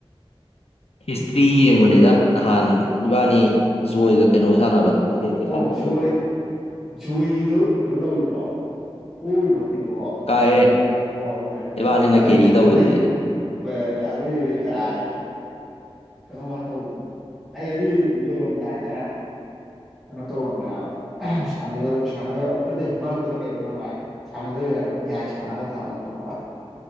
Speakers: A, on the left; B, in the centre.
A: ꯍꯤꯁꯇ꯭ꯔꯤ ꯌꯦꯡꯕ ꯅꯤꯗ ꯅꯍꯥꯟ ꯏꯕꯥꯅꯤ ꯖꯣꯏꯒ ꯀꯩꯅꯣ ꯁꯥꯟꯅꯕꯗꯣ ꯑꯣꯗꯦꯠꯀ
B: ꯑꯣ
A: ꯁꯥꯟꯅꯕꯗꯣ
B: ꯖꯣꯏ ꯖꯣꯏꯒꯤꯗꯨ ꯀꯩꯅꯣ ꯇꯧꯕꯕ꯭ꯔꯣ ꯄꯣꯒꯤꯕ꯭ꯔꯣ ꯑꯗꯨꯏꯗ ꯑꯣ
A: ꯀꯥꯏꯍꯦ
B: ꯑꯣ ꯑꯗꯨꯅꯦ
A: ꯏꯕꯥꯅꯤꯅ
B: ꯑꯗꯨꯗꯤ
A: ꯀꯦꯔꯤ
B: ꯁꯨꯠꯇ
A: ꯇꯧꯋꯤꯗꯨꯗꯤ
B: ꯅꯩ ꯍꯣꯏ ꯑꯔꯣꯏꯖꯕꯤ ꯀꯥꯏꯁꯨ ꯀꯩꯅꯣ ꯋꯥ ꯇꯧꯒ ꯑꯩ ꯑꯗꯨꯗꯤꯔꯝꯗꯅ ꯀꯩꯅꯣ ꯇꯧꯧꯕꯕ ꯁꯥꯟꯗ ꯁꯥꯟꯗ ꯑꯗꯦ ꯃꯥꯔ ꯇꯔ ꯀꯩꯗ ꯃꯥ ꯆꯪꯅꯗꯦꯕꯝ ꯌꯥꯏ ꯆꯅ ꯊꯃꯜ ꯃꯅꯥ